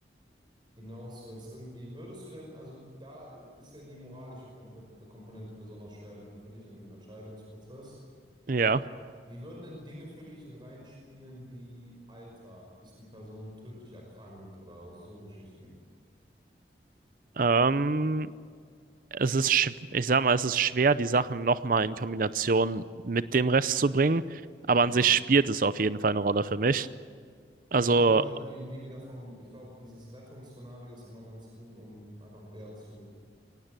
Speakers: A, on the right; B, on the right.
A: hinaus willst. Und wie würdest du denn, also da ist ja die moralische Komp- Komponente besonders schwerwiegend für dich im Entscheidungsprozess.
B: Ja.
A: Wie würden denn Dinge für dich reinspielen wie Alter? Ist die Person tödlich erkrankt oder so Geschichten?
B: Ähm, es ist, schw- ich sag mal, es ist schwer, die Sachen nochmal in Kombination mit dem Rest zu bringen. Aber
A: Ja.
B: an sich spielt es auf jeden Fall eine Rolle für mich. Also,
A: Also sagen wir mal, wir gehen wieder vom, ich glaube, dieses Rettungsszenario ist immer ganz gut, um einfach Wert zu,